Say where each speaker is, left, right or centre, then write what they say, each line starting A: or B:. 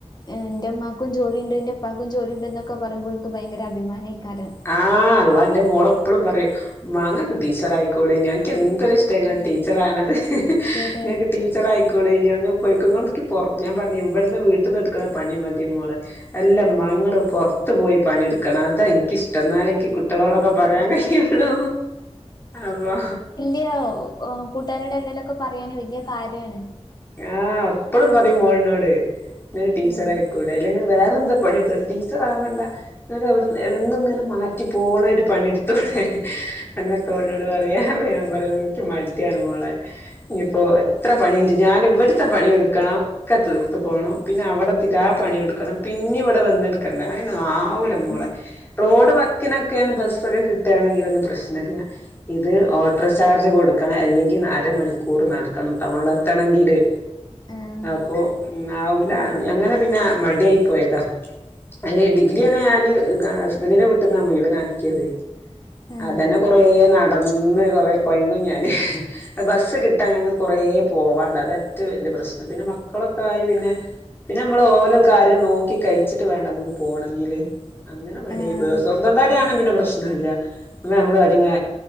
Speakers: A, on the left (about 35°); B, on the left (about 20°).
A: എന്റെ ഇമ്മാക്കും ജോലി ഉണ്ട് എന്റെപ്പാക്കും ജോലി ഉണ്ട് എന്നൊക്കെ പറയുമ്പോൾ ഓൽക്ക് ഭയങ്കര അഭിമാനം ആയിരിക്കും
B: ആഹ് അള്ളാ എൻ്റെ മോള എപ്പളും പറയും മങ്ങക്ക് ടീച്ചർ ആയിക്കൂടെ ഞനക്ക് എന്തൊര
A: ആഹ്
B: ഇഷ്ടങ്ങൾ ടീച്ചർ ആണത്
A: അതെ അതെ
B: ഞനക്ക് ടി ടിച്ചർ ആയിക്കൂടെ ഇനി ഒ പോയിക്ക പുറ ഞാൻ പറഞ്ഞു ഇവിടന്ന് വീട്ട നിന്ന് എടുക്കണ പണി മതി മോളെ അല്ല
A: ഉം
B: മ്മ ങ്ങൾ പുറത്ത് പോയി പണിെടുക്കണം അതെ എനിക്കിഷ്ടം എന്നാല എനിക്ക് കു കുട്ടളോടൊക്കെ
A: ഉം
B: പറയാൻ കഴുള്ളു അപ്പൊ.
A: അ കൂട്ടുകാരുട എന്തങ്കിലും ലൊക്കെ പറയാന് വലിയ കാര്യമാണ്.
B: ആഹ് അപ്പളുംപറയും മോളിനോട് ഇങ്ങക്ക് ടീച്ചർ
A: ഉം
B: ആയിക്കോ അ അല്ലെങ്കിൽവേറെ എന്താ പണി എടുത്ത ടീച്ചർ ആവണ്ട. അവിടെ എന്നും ഇങ്ങനെ മാറ്റി പോണ ഒരു പണിയെടുത്തോടെ. എന്നൊക്കെ ഒന്നോട് പറയാ ഞാൻ പറയുമ്പോ എനിക്ക് മടിയാണ് മോളെ ഇനിയിപ്പോ എത്ര പണിയുണ്ട് ഞാൻ ഇവിടുത്തെ പണിയെടുക്കണം. ഒക്കെ തീർത്ത് പോകണം പിന്നെ അവിടെ തിരാ പണിയെടുക്കണം പിന്നെ ഇവിടെ വന്നെടുക്കണ്ട ആയിനോ ആ ആവൂല
A: അതെ
B: മോളെ റോഡ് വക്കിനൊക്കെയാണ് ബസ്സൊക്കെ കിട്ടുകയാണെങ്കിൽ ഒന്നും പ്രശ്നമില്ല. ഇത് ഓട്ടോ ചാർജ് കൊടുക്കണം അല്ലെങ്കിൽ അരമണിക്കൂർ നടക്കണം ടൗണിലെത്തണെങ്കില്.
A: ആഹ്
B: അപ്പൊ ഇന്നാവൂല അങ്ങനെ പിന്നെ മടിയായി പോയതാ എ ഡിഗ്രി തന്നെ ഞാന് ഹസ്ബന്റിന്റെ വീട്ടിന്നാ മുഴുവൻ ആക്കിയത്
A: ആഹ്
B: അതന്നെ കൊറേ നടന്ന് കൊറേ കൊയങ്ങും ഞാന് ബസ്സ് കിട്ടാൻ കുറേ പോവാണ്ട് അതഏറ്റവും വലിയ പ്രശ്നം പിന്നെ മക്കളൊക്കെ ആയി പിന്നെ. പിന്നെ നമ്മള് ഓരോ കാര്യം നോക്കി കഴിച്ചിട്ട് വേണ്ട നമുക്ക് പോകണെങ്കില്. അങ്ങനെ മടിയായി
A: ആഹ്
B: പോയ സ്വന്തം തടിയാണെങ്കിൽ പിന്നെ പ്രശ്നംമല്ല അപ്പ നമ്മള് അടി